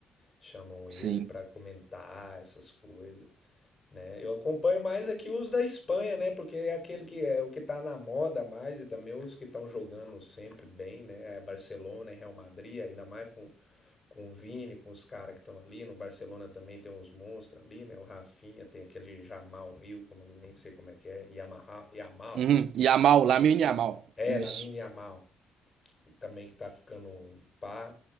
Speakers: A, on the left (about 30°); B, on the right (about 70°).
A: Chamam ele
B: sim.
A: para comentar essas coisas. né? Eu acompanho mais aqui os da Espanha, né? Porque é aquele que é o que tá na moda mais e também os que estão jogando sempre bem, né? É Barcelona, é Real Madrid, ainda mais com, com o Vini, com os caras que estão ali. No Barcelona também tem uns monstros ali, né? O Rafinha, tem aquele Jamal Rio, como nem sei como é que é, Yamaha, Yamal.
B: Uhum. Yamal, Lamine Yamal.
A: É,
B: Isso.
A: Lamine Yamal, também que tá ficando pá.